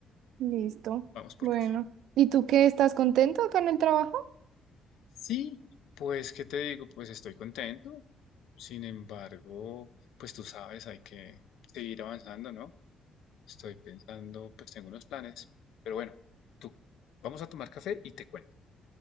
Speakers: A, on the right; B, on the left.
A: Listo.
B: Vamos por
A: Bueno.
B: café.
A: ¿Y tú qué? ¿Estás contento acá en el trabajo?
B: Sí, pues, ¿qué te digo? Pues estoy contento. Sin embargo, pues tú sabes, hay que seguir avanzando, ¿no? Estoy pensando, pues tengo unos planes. Pero bueno, tú, vamos a tomar café y te cuento.